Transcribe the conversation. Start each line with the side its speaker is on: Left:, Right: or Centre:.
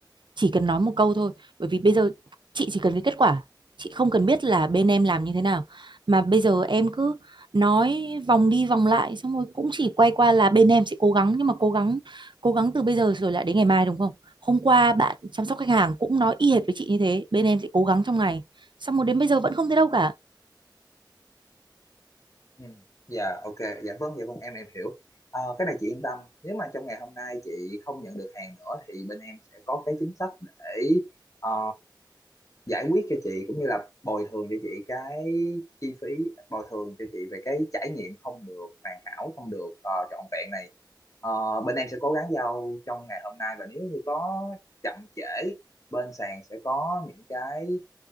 Right: chỉ cần nói một câu thôi bởi vì bây giờ chị chỉ cần cái kết quả chị không cần biết là bên em làm như thế nào mà bây giờ em cứ nói vòng đi vòng lại xong rồi cũng chỉ quay qua là bên em sẽ cố gắng nhưng mà cố gắng cố gắng từ bây giờ rồi lại đến ngày mai đúng không hôm qua bạn chăm sóc khách hàng cũng nói y hệt với chị như thế bên em sẽ cố gắng trong ngày xong rồi đến bây giờ vẫn không thấy đâu cả
Left: Ừ. Dạ ok dạ vâng dạ vâng em em hiểu Ờ, cái này chị yên tâm nếu mà trong ngày hôm nay chị không nhận được hàng nữa thì bên em sẽ có cái chính sách để ờ, giải quyết cho chị cũng như là bồi thường cho chị cái chi phí bồi thường cho chị về cái trải nghiệm không được hoàn hảo không được ờ, trọn vẹn này Ờ, bên em sẽ cố gắng giao trong ngày hôm nay và nếu như có chậm trễ bên sàn sẽ có những cái